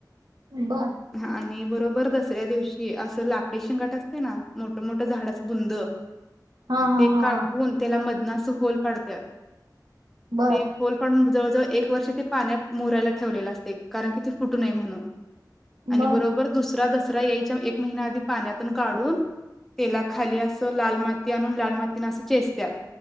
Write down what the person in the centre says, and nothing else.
हा आणि बरोबर दसऱ्या दिवशी असं लाकडी शेंगाट असतय ना मोठमोठ झाडच बुंद
ते
कापून
त्याला मदन अस होल पाडत्यात.
ते होलपाडून जव एक वर्ष ते पाण्यात मुरायला ठेवलेलं असतय कारण की ते फुटू नये म्हणून. आणि
बरोबर दुसरा दसरा दसरा यायच्या एक महिना आधी पाण्यातून काढून त्याला खाली अस लाल माती आणून लाल मातीन अस चेचत्यात